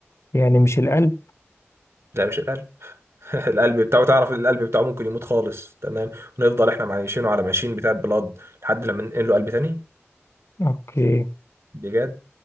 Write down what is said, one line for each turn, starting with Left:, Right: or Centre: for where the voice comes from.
Left: يعني مش القلب
Right: لا مش القلب <laughs> القلب بتاعه تعرف القلب بتاعه ممكن يموت خالص تمام ونفضل احنا معايشينه على ماشين بتاعة بلاد لحد لما ننقل له قلب تاني
Left: اوكي
Right: بجد